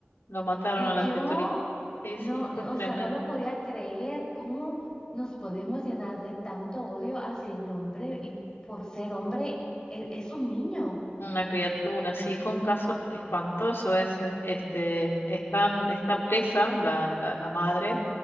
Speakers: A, on the left; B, on the left.
A: lo mataron
B: Y
A: a
B: yo
A: la criaturita. Sí,
B: no,
A: sí, fue
B: no,
A: tremendo.
B: o sea, no lo podía creer. ¿Cómo nos podemos llenar de tanto odio hacia el hombre y por ser hombre? E- Es, un niño.
A: Una criatura, sí, fue un caso espantoso ese. Este, están, está presa la, la, la madre